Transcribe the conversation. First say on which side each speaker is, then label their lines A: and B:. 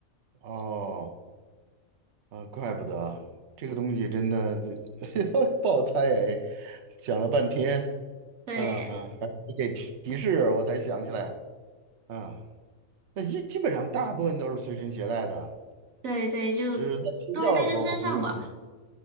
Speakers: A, on the right (about 60°); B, on the right (about 80°).
A: 哦。啊，怪不得啊这个东西真的这 <laughs> 不好猜 <laughs> 哎，想了半天，
B: 对
A: 嗯，还是你给提提示我才想起来啊。那基基本上大部分都是随身携带的，
B: 对对，就
A: 只是在睡觉的时候不用了。
B: 都会带在身上吧。